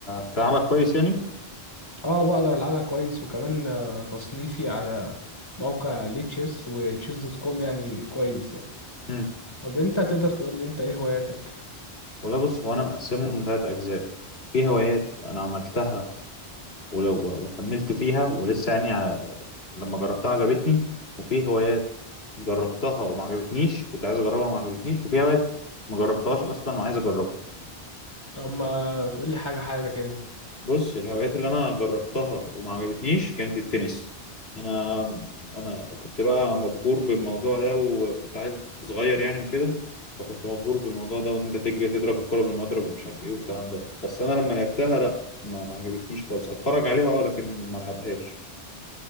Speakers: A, on the left (about 75°); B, on the left (about 25°).
A: بتلعبها كويس يعني
B: أه بقدر ألعبها كويس وكمان آه، تصنيفي على موقع ليه تشيس وتشيس دوت كوم يعني كويس يعني
A: مم.
B: طب أنت تقدر تقول لي أنت إيه هواياتك؟
A: والله بص هو انا مقسمه لثلاث اجزاء في هوايات انا عملتها ولو- وكملت فيها ولسه يعني ع- لما جربتها عجبتني وفي هوايات جربتها وما عجبتنيش كنت عايز اجربها وما عجبتنيش وفي هوايات ما جربتهاش اصلا وعايز اجربها
B: طب ما تقول لي حاجة حاجة كده
A: بص الهوايات اللي انا جربتها وما عجبتنيش كانت التنس انا انا كنت بقى مبهور بالموضوع ده وكنت عيل صغير يعني وكده فكنت مبهور بالموضوع ده وان انت تجري تضرب الكرة بالمضرب ومش عارف ايه والكلام ده بس انا لما لعبتها لا ما ما عجبتنيش خالص اتفرج عليها اه لكن ما العبهاش